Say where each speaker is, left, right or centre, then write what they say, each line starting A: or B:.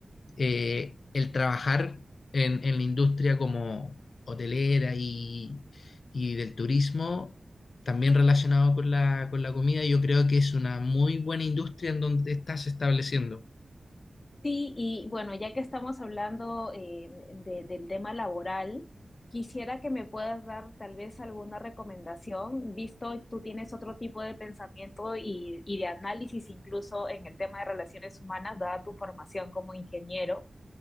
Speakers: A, on the left; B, on the left.
A: eh, el trabajar en, en la industria como hotelera y, y del turismo, también relacionado con la, con la comida, yo creo que es una muy buena industria en donde te estás estableciendo.
B: Sí, y bueno, ya que estamos hablando eh, de- del tema laboral, quisiera que me puedas dar tal vez alguna recomendación, visto tú tienes otro tipo de pensamiento y, y de análisis incluso en el tema de relaciones humanas, dada tu formación como ingeniero.